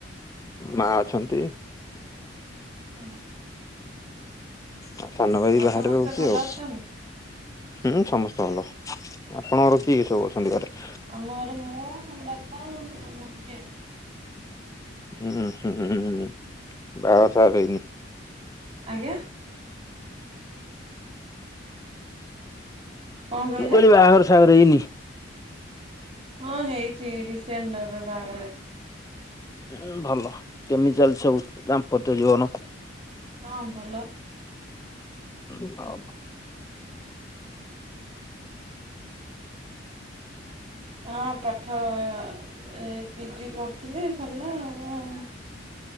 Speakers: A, on the left (about 15°); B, on the right (about 30°).
A: ମା ଅଛନ୍ତି।
B: ହଁ।
A: ଆଉ ସାନ ଭାଇ
B: ଆଉ
A: ବାହାରେ
B: ସମସ୍ତେ
A: ରହୁଛି
B: ଭଲ
A: ଆଉ।
B: ଅଛନ୍ତି
A: ହୁଁ ସମସ୍ତେ ଭଲ, ଆପଣଙ୍କର କିଏ ସବୁ ଅଛନ୍ତି ଘରେ?
B: ଆମ ଘରେ ମୁଁ, ମୋ ବାପା <unintelligible>
A: ଉଁ, ହୁଁଁ ବାଆ ସାଆ ହେଇନି।
B: ଆଜ୍ଞା। କଣ କହିଲେ?
A: ମୁଁ କହିଲି ବାଆଘର ସାହାଘର ହେଇନି?
B: ହଁ ହେଇଛି ରିସେଣ୍ଟ ଏବେ ବାହାଘର।
A: ଉଁ, ଭଲ କେମିତି ଚାଲିଛି ସବୁ ଦାମ୍ପତ୍ୟ ଜୀବନ?
B: ହଁ ଭଲ।
A: ଉଁ, <unintelligible>
B: ହଁ ପାଠ ଏ ପିଜି କରିଥିଲି ସରିଲା ଆଉ, ଆଉ।